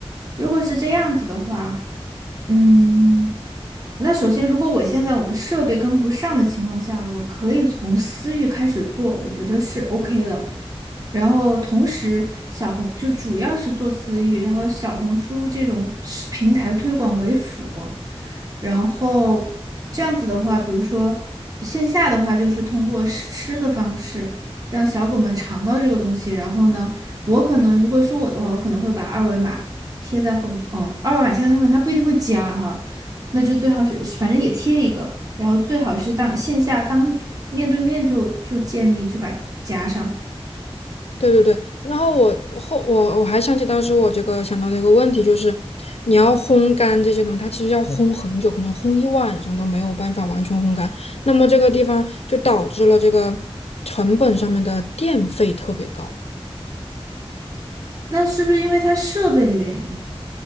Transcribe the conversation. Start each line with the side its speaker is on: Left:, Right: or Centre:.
Right: 如果是这样子的话，嗯。那首先，如果我现在我的设备跟不上的情况下，我可以从私域开始做，我觉得是 OK 的。然后同时，小红就主要是做私域，然后小红书这种是平台推广为辅。然后这样子的话，比如说线下的话，就是通过试吃的方式让小狗们尝到这个东西。然后呢，我可能如果是我的话，我可能会把二维码贴在后面。哦，二维码贴在后面，它不一定会加哈。那就最好是反正也贴一个，然后最好是当线下当面对面就就建立就把加上。
Left: 对对对，然后我后我我还想起当时我这个想到的一个问题，就是你要烘干这些东西，它其实要烘很久，可能烘一晚上都没有办法完全烘干。那么这个地方就导致了这个成本上面的电费特别高。
Right: 那是不是因为它设备的原因？